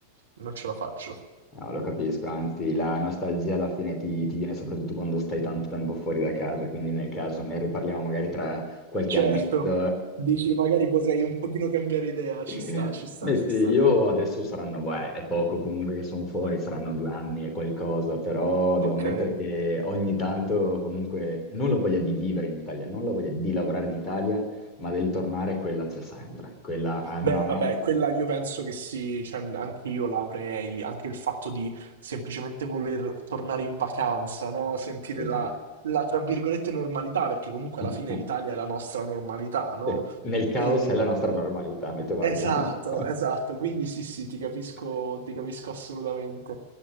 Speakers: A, on the right; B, on the left.
A: non ce la faccio.
B: No, lo capisco, anzi la nostalgia alla fine ti, ti viene soprattutto quando stai tanto tempo fuori da casa, quindi nel caso ne riparliamo magari tra qualche
A: Certo,
B: annetto.
A: dici magari potrei un pochino cambiare idea,
B: <laughs>
A: ci sta, ci sta,
B: Beh,
A: ci
B: sì,
A: sta.
B: io adesso saranno, beh, è poco comunque che sono fuori, saranno due anni e qualcosa, però
A: Ok.
B: devo ammettere che ogni tanto comunque non la voglia di vivere in Italia, non la voglia di lavorare in Italia, ma del tornare quella c'è sempre, quella almeno
A: Beh,
B: a me.
A: vabbè, quella io penso che sì, cioè, anche io l'avrei, anche il fatto di semplicemente voler tornare in vacanza, no? Sentire
B: sì.
A: la, la, tra virgolette, normalità, perché comunque
B: <laughs>
A: alla fine l'Italia è la nostra normalità, no?
B: Sì, Nel caos
A: E-
B: è la nostra normalità, mettiamola
A: Esatto,
B: così. <laughs>
A: esatto, quindi sì, sì, ti capisco,
B: <laughs>
A: ti capisco assolutamente.